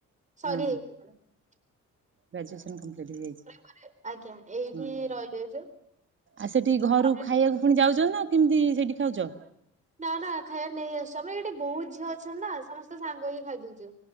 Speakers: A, on the right; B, on the right.
A: ସରି
B: ହଁ
A: ହେଇ <unintelligible>
B: ଗ୍ରାଜୁଏସନ କମ୍ପ୍ଲିଟ୍ ହେଇଯାଇଛି।
A: ପରେ ଆଜ୍ଞା ଏଇଠି
B: ହୁଁ
A: ରହିଯାଇଛୁ
B: ଆ ସେଠିକି ଘରୁ
A: ଘରେ
B: ଖାଇବାକୁ ପୁଣି ଯାଉଛନ୍ତି ନା। କେମିତି ସେଇଠି ଖାଉଛ।
A: ନା ନା ଖାଇବା ନେଇ ଆସଛୁ ଆମେ। ଏଇଠି ବହୁତ ଝିଅ ଅଛନ୍ତି ନା। ସମସ୍ତେ ସାଙ୍ଗ ହେଇକି ଖାଇଦଉଛୁ